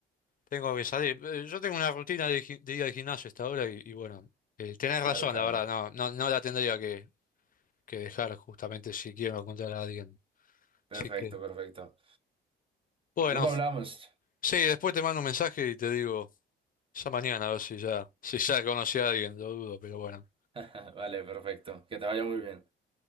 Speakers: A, on the left; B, on the right.
A: tengo que salir. Eh, Yo tengo una rutina de, gi- de ir al gimnasio hasta ahora y, y bueno, eh, tenés
B: Claro,
A: razón,
B: claro.
A: la verdad, no no no la tendría que que dejar justamente si quiero encontrar a alguien.
B: Perfecto,
A: Así que
B: perfecto.
A: bueno.
B: Luego hablamos.
A: Sí, después te mando un mensaje y te digo, ya mañana, a ver si ya, si ya conocí a alguien, lo dudo, pero bueno.
B: <laughs> Vale, perfecto. Que te vaya muy bien.